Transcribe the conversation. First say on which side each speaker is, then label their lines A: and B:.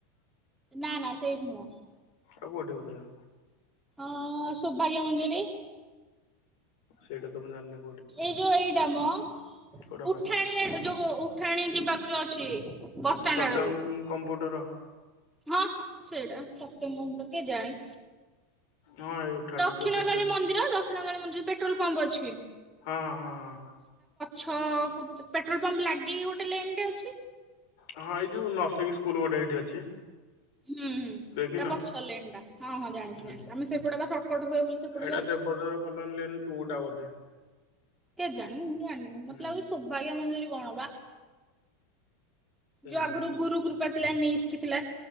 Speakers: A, in the centre; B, on the left (about 50°).
A: ନା, ନା, ସେଇଠି ନୁହଁ।
B: ଆଉ କୋଉଠି ହଉଥିଲା?
A: ଅ-ଅ ସୌଭାଗ୍ୟ ମଞ୍ଜରି
B: ସେଇଟା ତ ମୁଁ ଜାଣନି!
A: ଏଇ ଯୋଉ ଏଇଟା ମ!
B: କୋଉଟା କହିଲ?
A: ଉଠାଣିଆ ଯୋଗଓ ଉଠାଣି ଯିବାକୁ ଯଉ ଅଛି ବସଷ୍ଟାଣ୍ଡ
B: ସତ୍ୟମ-ଉ
A: ଆଡକୁ
B: କମ୍ପୁଟର।
A: ହଁ ସେଇଟା ସତ୍ୟମ୍ କମ୍ପୁଟର କେଜାଣି?
B: ହଁ ଏଇ ଉଠାଣି
A: ଦକ୍ଷିଣ
B: ତ ସେଇଠି
A: କାଳୀ
B: ଅଛି।
A: ମନ୍ଦିର ଦକ୍ଷିଣ କାଳୀ ମନ୍ଦିର, ଯଉ ପେଟ୍ରୋଲ ପମ୍ପ ଅଛି।
B: ହଁ ହଁ ହଁ ହଁ।
A: ଛଅ କୁତ ପେଟ୍ରୋଲ ପମ୍ପ ଲାଗିକି, ଗୋଟେ ଲେନ୍ ଟେ ଅଛି।
B: ହଁ, ଏଇ ଯୋଉ ନର୍ସିଂ ସ୍କୁଲ ଗୋଟେ ହେଇଠି ଅଛି।
A: ହୁଁ, ହୁଁ,
B: ଦେଖିନ?
A: ତା ପଛ ଲେନ୍ ଟା ହଁ ହଁ ଜାଣିଛି
B: ହୁଁ
A: ଜାଣିଛି। ଆମେ
B: ହୁଁ
A: ସେପଟେ ବା ସର୍ଟକଟ ହୁଏ, ବୋଲି ସେପଟୁ
B: ହେଇଟା
A: ଯାଉ।
B: <unintelligible> କଲୋନୀ ଲେନ ଟୁ ଟା ବଧେ!
A: କେ ଜାଣି! ମୁଁ ଜାଣିନି
B: ହୁଁ
A: ମତେ ଲାଗୁଛି, ସୌଭାଗ୍ୟ ମଞ୍ଜରୀ କଣ ବା? ଯ
B: ନାଇଁ
A: ଆଗରୁ ଗୁରୁକୃପା ଥିଲା ନିଷ୍ଟ ଥିଲା